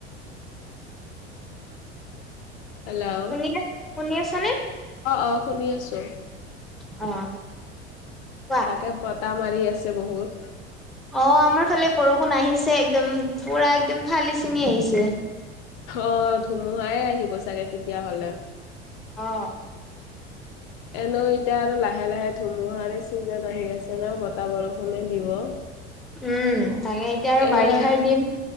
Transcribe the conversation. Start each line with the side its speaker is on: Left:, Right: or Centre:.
Left: হেল্ল' আহ
Centre: শুনি শুনি আছানে
Left: আহ শুনি আছো।
Centre: অ কোৱা
Left: তাকে বতাহ মাৰি আছে বহুত।
Centre: অ আমাৰ ফালে বৰষুণ আহিছে একদম পুৰা একদম ফালি ছিঙি আহিছে।
Left: অ ধুমুহাই আহিব চাগে তেতিয়া হলে।
Centre: অ
Left: এনে এতিয়া আৰু লাহে লাহে ধুমুহাৰে চিজন আহি আছে ন বতাহ বৰষুনে দিব।
Centre: উম তাকে এতিয়া আৰু
Left: এয়া
Centre: বাৰিষাৰ দিন।